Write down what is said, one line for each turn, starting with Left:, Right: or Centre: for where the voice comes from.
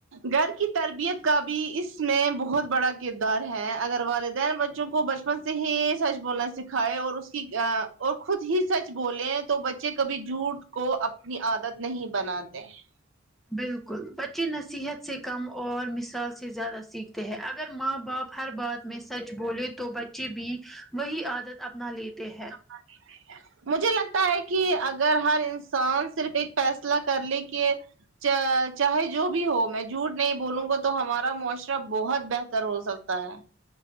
Right: گھر کی تربیت کا بھی اس میں بہت بڑا کردار ہے اگر والدین بچوں کو بچ بچپن سے ہی سچ بولنا سکھائے اور اس کی ا اور خود ہی سچ بولے تو بچے کبھی جھوٹ کو اپنی عادت نہیں بناتے ہیں
Centre: بالکل بٹ بچے نصیحت سے کم اور مثال سے زیادہ سیکھتے ہیں اگر ماں باپ ہر بات میں سچ بولے تو بچے بھی وہی عادت اپنا لیتے ہیں
Right: <unintelligible> مجھے لگتا ہے کہ اگر ہر انسان صرف ایک فیصلہ کر لے کے چا چاہے جو بھی ہو میں جھوٹ نہیں بولوں گا تو ہمارا معاشرہ بہت بہتر ہو سکتا ہے